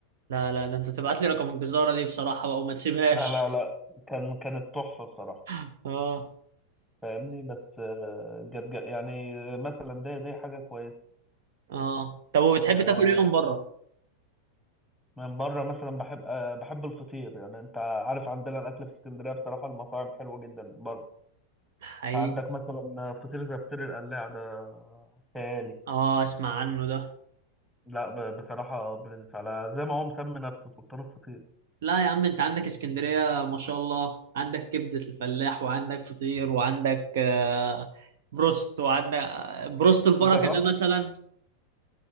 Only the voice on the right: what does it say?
لا لا ده انت تبعت لي رقم الجزارة دي بصراحة بقى وما تسيبهاش
<laughs> اه
اه طب وبتحب
تاكل ايه من بره
حقيقي
اه اسمع عنه ده
لا يا عم انت عندك اسكندرية ما شاء الله عندك كبدة الفلاح وعندك فطير وعندك آه، بروست وعندك آه، بروست البركة
ده مثلا